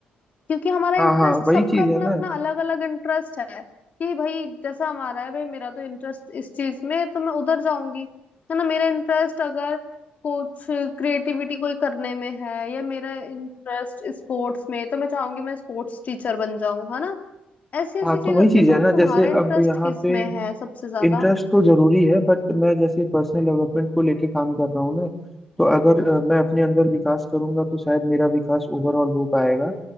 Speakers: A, on the left (about 50°); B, in the centre.
A: क्योंकि हमारा
B: हाँ
A: इंटरेस्ट
B: हाँ
A: सबका
B: वही चीज
A: अपना
B: है ना
A: अपना अलग अलग इंटरेस्ट है कि भाई जैसा हमारा है भाई मेरा तो इंटरेस्ट इस चीज में है, तो मैं उधर जाऊंगी है ना मेरा इंटरेस्ट अगर कुछ क्रिएटिविटी कोई करने में है या मेरा इंटरेस्ट स्पोर्ट्स में है, तो मैं चाहूंगी मैं स्पोर्ट्स टीचर बन जाऊं है ना ऐसी ऐसी
B: हाँ
A: चीज
B: तो वही
A: होती
B: चीज
A: है तो
B: है ना
A: तुम्हारा
B: जैसे
A: इंटरेस्ट
B: अब यहाँ
A: किस
B: पे
A: में है सबसे ज्यादा
B: इंटरेस्ट तो जरूरी है बट मैं जैसे पर्सनल डेवलपमेंट को लेके काम कर रहा हूँ ना तो अगर अ, मैं अपने अंदर विकास करूंगा तो शायद मेरा विकास ओवरऑल हो पाएगा